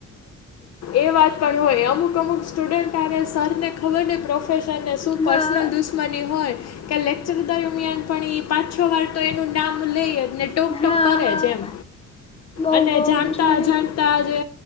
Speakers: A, on the left (about 55°); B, on the left (about 20°).
A: એ વાત પણ હોય. અમુક અમુક સ્ટુડન્ટ હારે સરને ખબર નહીં પ્રોફેશ શનને શું પર્સનલ
B: હા
A: દુશ્ મની હોય કે લેક્ચર દરમિયાન પણ એ પાંચ છ વાર તો એનું નામ લેય જ ને ટોક ટોક
B: હા
A: કરે
B: હા
A: જ એમ.
B: બઉ
A: અને
B: બઉ
A: જાણતા
B: દુશ્મની
A: અજાણ તા જે